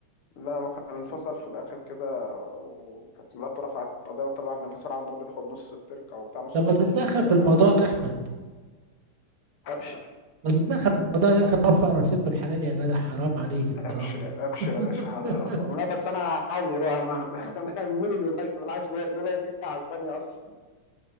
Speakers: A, on the left (about 85°); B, on the right (about 50°).
A: لا ما كان انفصل في الآخر كده وكانت مراته رفعت قضية وطبعا الانفصال عندهم بتاخد نص التركة وبتاع نص
B: طب
A: فلوسه
B: ما تتدخل
A: ف
B: في الموضوع ده احمد
A: ابشر
B: ما تتدخل في الموضوع ده اخر موفق راسين في الحلال يا جدع حرام عليك الطلاق
A: ابشر ابشر يا باشا
B: <laughs>
A: حاضر اروح له لا بس انا عادي يروح أنا- <laughs> أنا من اليونايتد انا عايز جوارديولا يرجع اسبانيا اصلا